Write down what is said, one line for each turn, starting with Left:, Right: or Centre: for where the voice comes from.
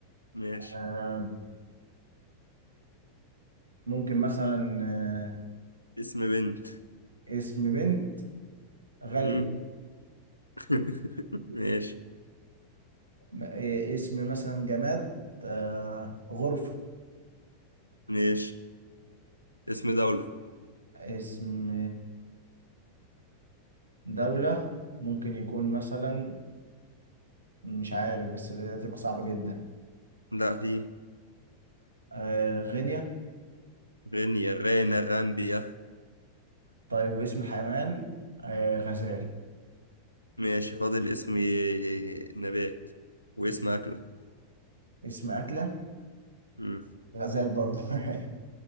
Left: ماشي
Right: آه ممكن مثلا آه
Left: اسم بنت
Right: اسم بنت غالية
Left: مم. <laughs> ماشي
Right: م- إيه اسم مثلا جماد آه غرفة
Left: ماشي اسم دولة
Right: اسم دولة ممكن يكون مثلا مش عارف بس دي هتبقى صعبة جدا
Left: لا في
Right: آه غينيا
Left: غينيا غانا غامبيا
Right: طيب واسم الحيوان آه غزال
Left: ماشي فاضل اسم نبات واسم
Right: اس-
Left: أكلة
Right: اسم أكلة
Left: مم.
Right: غزال برضو <laughs>